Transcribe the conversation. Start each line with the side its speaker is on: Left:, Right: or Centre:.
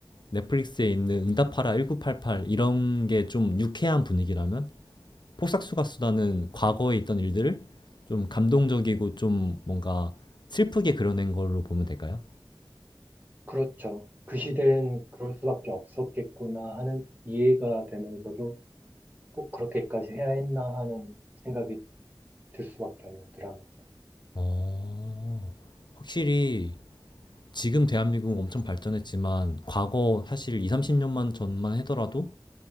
Left: 넷플릭스에 있는 응답하라 1988 이런 게 좀 유쾌한 분위기라면 폭삭수가 수다는 과거에 있던 일들을 좀 감동적이고 좀 뭔가 슬프게 그려낸 걸로 보면 될까요?
Right: 그렇죠. 그 시대엔 그럴 수밖에 없었겠구나 하는 이해가 되면서도 꼭 그렇게까지 해야 했나 하는 생각이 들 수밖에 없는 드라마죠.
Left: 어, 확실히 지금 대한민국은 엄청 발전했지만 과거 사실 2, 30년만 전만 하더라도